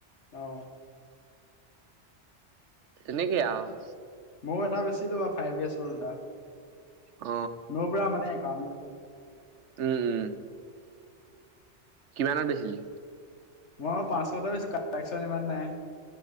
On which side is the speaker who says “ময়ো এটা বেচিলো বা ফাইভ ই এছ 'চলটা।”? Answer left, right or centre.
Left